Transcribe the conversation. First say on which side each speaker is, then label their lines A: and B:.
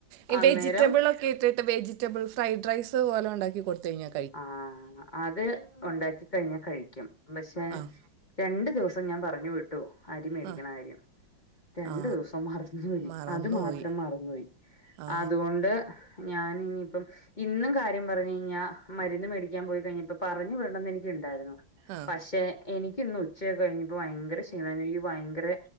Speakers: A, on the right; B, on the left.
A: ഈ
B: അന്നേരം
A: വെജിറ്റബിൾ ഒക്കെ ഇട്ടിട്ട് വെജിറ്റബിൾ ഫ്രൈഡ് റൈസ് പോലെ ഉണ്ടാക്കി കൊടുത്ത കഴിഞ്ഞാ
B: ആഹ അത് ഉണ്ടാക്കി കഴിഞ്ഞാ കഴിക്കും പക്ഷെ
A: ആ
B: രണ്ടു ദിവസം ഞാൻ പറഞ്ഞു വിട്ടു അരി മേടിക്കണ
A: ആ
B: കാര്യം രണ്ടു
A: ആ
B: ദിവസം മറന്നുപോയി
A: മറന്നുപോയി
B: അത് മാത്രം മറന്നുപോയി
A: ആ
B: അതുകൊണ്ട് ഞാന ഇനിയിപ്പം ഇന്നും കാര്യം പറഞ്ഞു കഴിഞ്ഞാ മരുന്ന് മേടിക്കാൻ പോയി കഴിഞ്ഞപ്പൊ പറഞ്ഞു വിടണംന്ന് എനക്ക്ണ്ടായിരുന്നു
A: ആ
B: പക്ഷെ എനിക്കിന്ന് ഉച്ചയക്ക കഴിഞ്ഞപ്പോ ഭയങ്കര ക്ഷീണമായി ഈ ഭയങ്കര